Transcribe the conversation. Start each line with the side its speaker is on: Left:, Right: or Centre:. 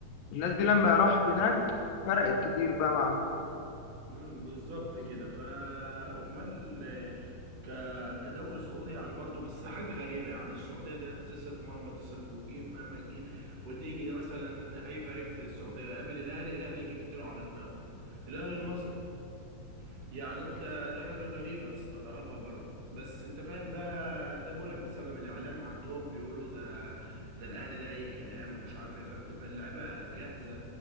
Left: الناس دي لما راحت هناك فرقت كتير بقى معاهم
Right: مم، بالظبط كده فامال آه، ك... كدوري سعودي يعني برضو بس حاجة غريبة يعني السعودية دي تصرف مهما تصرف وتجيب مهما تجيب وتيجي مثلا اي فريق في السعودية قابل الاهلي الاهلي يجي مديله على دماغه الاهلي المصري يعني انت دي حاجة غريبة تستغربها برضو بس انت فاهم بقى ده بقول لك بسبب الاعلام عندهم بيقولوا ده ده الاهلي ده اي كلام ومش عارف ايه فبتبقى اللعيبة جاهزة